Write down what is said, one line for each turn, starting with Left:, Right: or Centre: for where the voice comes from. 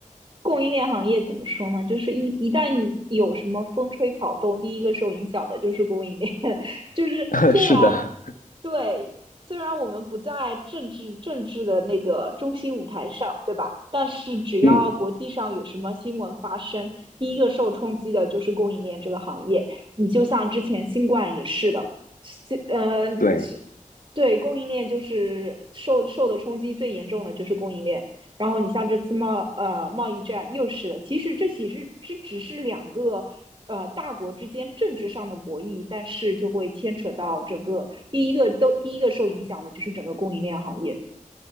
Right: 供应链行业怎么说呢？就是一一旦有什么风吹草动，第一个受影响的就是供应链。<laughs> 就是虽然
Left: <laughs> 是的。
Right: 对，虽然我们不在政治政治的那个中心舞台上，对吧？但是只要国际上有什么新闻发生，
Left: 嗯，
Right: 第一个受冲击的就是供应链这个行业。你就像之前新冠也是的。呃
Left: 对。
Right: 对，供应链就是受受的冲击最严重的就是供应链。然后你像这次贸呃贸易战又是的，其实这其实这只是两个呃大国之间政治上的博弈，但是就会牵扯到整个第一个都第一个受影响的就是整个供应链行业。